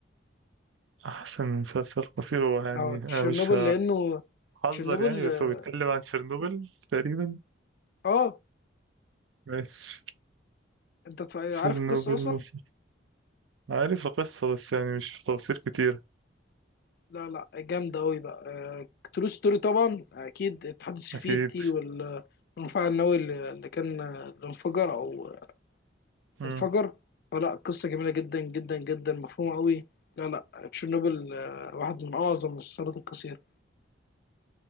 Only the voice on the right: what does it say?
أحسن مسلسل قصير هو يعني
أنا
مش
هحذر
يعني
بس هو بيتكلم عن تشيرنوبل تقريبا
ماشي
تشيرنوبل
مصر. عارف القصة بس يعني مش في تفاصيل كتير
أكيد
مم.